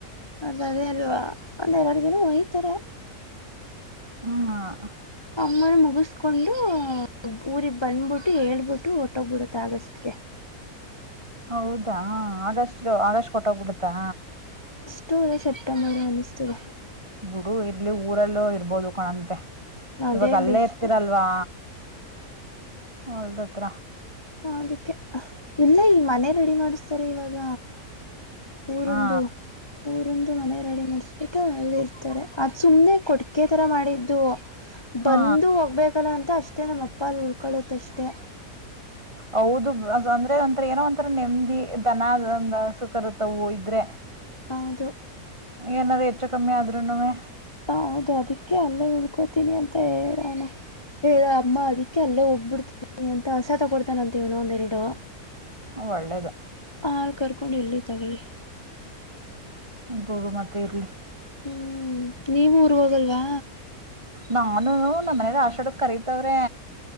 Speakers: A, on the left (about 20°); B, on the right (about 20°).
A: ಅವ್ರ್ದು ಅದೇ ಅಲ್ವಾ ಒಂದ್ ಎರಡು ದಿನ ಹೊಯ್ತರೆ.
B: ಹ್ಮ ಅ
A: ಅಮ್ಮನ ಮುಗಿಸಕೊಂಡು ಊರಿಗ ಬಂದ್ಬಿಟ್ಟು ಹೇಳ್ಬಿಟ್ಟು ಒಟ್ಟೋಗ್ಬಿಡತ್ ಆಗಸ್ಗೆ.
B: ಹೌದಾ ಆಗಸ್ಟ್ ಆಗಸ್ಟ್ ಹೊರ್ಟ್ಟೋಗ್ಬಿಡತಾ.
A: <unintelligible> ರಿ ಸೆಪ್ಟಂಬರ್ ಅನ್ನಿಸ್ತದೆ.
B: ಬುಡು ಇರ್ಲಿ ಊರಲ್ಲೋ ಇರ್ಬೋದು ಕಣಂತೆ.
A: ಅದೇ
B: ಇವಾಗ ಅಲ್ಲೇ
A: ಬೆಸ್ಟ್
B: ಇರ್ತೀರಲ್ವಾ ಹೊಲ್ದತ್ರ.
A: ಹ ಅದಿಕ್ಕೆ ಇಲ್ಲೇ ಈ ಮನೆ ರೆಡಿ ಮಾಡಿಸ್ತಾರೆ ಇವಾಗ. ಊರುದು
B: ಹಾ
A: ಊರುಂದು ಮನೆ ರೆಡಿ ಮಾಡಸ್ಬೇಕ. ಅಲ್ಲಿ ಇರ್ತಾರೆ ಅದು ಸುಮ್ನೆ ಕೊಟ್ಗೆ ತರ ಮಾಡಿದ್ದು
B: ಹಾ
A: ಬಂದು ಹೋಗ್ಬೇಕಲ್ಲ ಅಂತ. ಅಷ್ಟೇ ನಮ್ಮ ಅಪ್ಪ ಅಲ್ಲಿ ಉುಡ್ಕೊಳ್ಳುತ್ತೆ ಅಷ್ಟೇ.
B: ಹೌದು ಅದ್ ಅಂದ್ರೆ ಒಂಥರ ಏನೋ ಒಂಥರ ನೆಮ್ಮದಿ ದನ ಅಂದ್ ಹಸು ಕರುತವು ಇದ್ರೆ.
A: ಹೌದು
B: ಏನಾದ್ರು ಹೆಚ್ಚು ಕಮ್ಮಿ ಆದ್ರುನುವೇ.
A: ಹ ಹೌದು ಅದಕ್ಕೆ ಅಲ್ಲೇ ಉಳ್ಕೋತೀನಿ ಅಂತ ಹೇಳಣ. ಹೇಳ ಅಮ್ಮ ಅದಿಕ್ಕೆ ಅಲ್ಲೇ ಹೋಗಬಿಡ್ತೀನಿ ಅಂತ ಆಸ ತಗೊಡ್ತಾನಂತೀವ್ನು ಒಂದೆರಡು.
B: ಒಳ್ಳೇದು
A: ಹಾಲ ಕರ್ಕೊಂಡು ಇರ್ಲಿ ತಗೊಳ್ಳಿ.
B: ಹಬೌಡು ಮತ್ತೆ ಇರ್ಲಿ.
A: ಹ್ಮ್ ನೀವು ಊರ್ ಹೋಗಲ್ವಾ.
B: ನಮ್ಮನ್ನುನು ನಮ್ಮ ಮನೆಲಿ ಆಷಾಡಕ್ ಕರತವ್ರೆ.